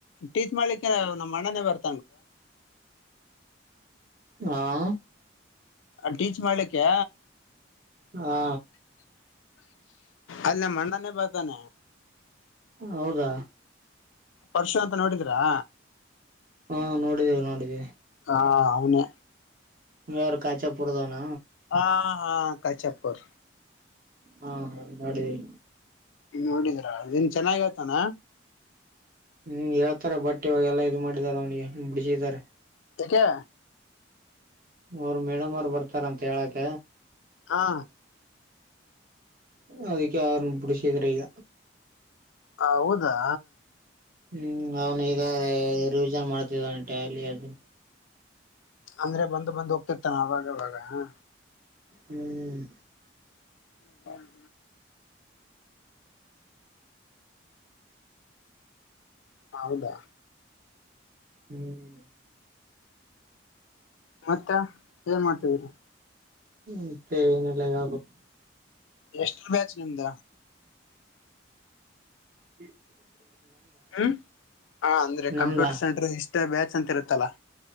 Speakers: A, on the left; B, on the right.
A: ಟೀಚ್ ಮಾಡ್ಲಿಕ್ಕೆ ನಮ್ಮ್ ಅಣ್ಣನೇ ಬರ್ತದೆ.
B: ಹಾ <unintelligible>
A: ಅಲ್ಲಿ ಟೀಚ್ ಮಾಡ್ಲಿಕ್ಕೆ,
B: ಹಾ.
A: ಅಲ್ಲ ನಮಣ್ಣಾನೇ ಬರ್ತಾನ.
B: ಹೌದಾ.
A: ಪರಶಾಂತ ನೋಡಿದಿರಾ.
B: ಹಮ ನೋಡಿದ್ದೇವಿ ನೋಡಿದ್ದೀವಿ.
A: ಹಾ ಅವನೆ.
B: ಯುವ ಯಾರ ಕಾಚಪುರದವನ.
A: ಹಾ ಹಾ ಕಾಚಪುರ್.
B: ಹಾ ಹ ಮಾಡದಿವಿ.
A: ನೋಡಿದ್ರಾ ಚೆನ್ನಾಗ ಹೇಳ್ತಾನ.
B: ಹ್ಮ್ ಹೇಳ್ತಾರೆ ಬಟ್ ಇವಾಗ ಎಲ್ಲಾ ಇದು ಮಾಡಿದಿದ್ದಾರೆ ಅವ್ನಿಗೆ ಬಿಡಿಸಿದಾರೆ.
A: ಯಕೆ.
B: ಅವರು ಮೇಡಮ್ ಅವರು ಬರ್ತಾರಂತ ಹೇಳಕ.
A: ಹಾ.
B: ಅದಕ್ಕೆ ಅವರನ ಬಿಡಸದ್ರಿಗ.
A: ಹೌದಾ.
B: ಹ್ಮ್ ಅವನು ಈಗ ರಿವಿಜನ್ ಮಾಡ್ತಿದನೆ ಟ್ಯಾಲಿ ಅದು.
A: ಅಂದ್ರೆ ಬಂದು ಬಂದು ಹೋಗ್ತಿರ್ತಾನ ಅವಾಗ ಅವಗ ಹ.
B: ಹ್ಮ್.
A: ಹ್ಮ ಹ್ಮ. ಹೌದಾ.
B: ಹ್ಮ್.
A: ಮತ್ತ ಏನ್ ಮಾಡ್ತಿದಿರ.
B: ಮತ್ತೆ ಏನಿಲ್ಲ ಹೇಳಬೇಕು.
A: ಎಷ್ಟರ ಬ್ಯಾಚ್ ನಿಂದ.
B: ಹ್ಮ್
A: ಹ್ಮ್ ಹ ಅಂದ್ರೆ
B: ನಮ್ದಾ
A: ಕಂಪ್ಯೂಟರ್ ಸೆಂಟ್ರ ಇಷ್ಟ ಬ್ಯಾಚ್ ಅಂತ ಇರುತ್ತಲ್ಲ